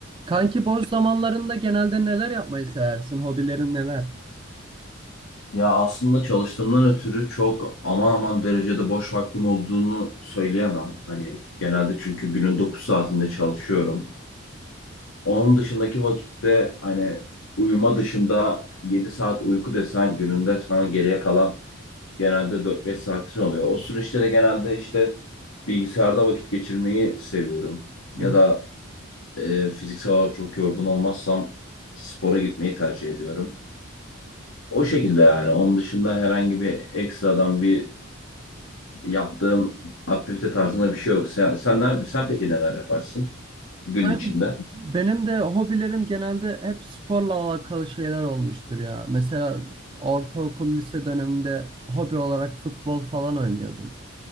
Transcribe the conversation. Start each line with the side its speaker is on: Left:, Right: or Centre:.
Right: Kanki boş zamanlarında genelde neler yapmayı seversin? Hobilerin neler?
Left: Ya aslında çalıştığımdan ötürü çok aman aman derecede boş vaktim olduğunu söyleyemem. Hani genelde çünkü günün 9 saatinde çalışıyorum. Onun dışındaki vakitte hani uyuma dışında 7 saat uyku desen gününde sana geriye kalan genelde dört beş saatin oluyor. O süreçte de genelde işte bilgisayarda vakit geçirmeyi seviyorum. Ya
Right: Hı hı.
Left: da e, fiziksel olarak çok yorgun olmazsam spora gitmeyi tercih ediyorum. O şekilde yani. Onun dışında herhangi bir ekstradan bir yaptığım aktivite tarzında bir şey yok. Sen, senler, sen peki neler yaparsın gün
Right: Kanki
Left: içinde?
Right: benim de hobilerim genelde hep sporla alakalı şeyler olmuştur ya. Mesela ortaokul, lise döneminde hobi olarak futbol falan oynuyordum.